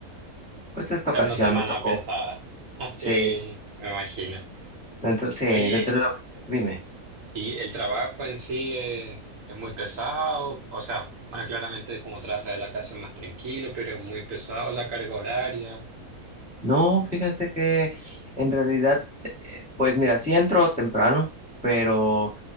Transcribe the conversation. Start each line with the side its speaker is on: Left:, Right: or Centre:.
Centre: pues esta
Right: una
Centre: ocasión
Right: semana
Centre: me tocó.
Right: pesada. <laughs> sí,
Centre: Sí,
Right: me imagino.
Centre: dentro, sí, dentro
Right: Oye,
Centre: de lo que... Dime.
Right: Y el trabajo en sí eh, es, muy pesado, o sea, bueno, claramente como trabaja de la casa es más tranquilo, pero es muy pesado la carga horaria.
Centre: No, fíjate que en realidad Pues mira, sí entro temprano, pero